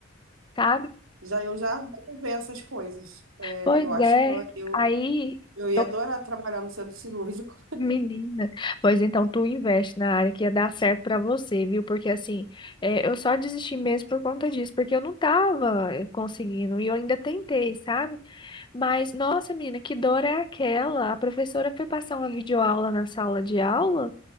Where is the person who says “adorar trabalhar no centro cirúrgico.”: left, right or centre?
Right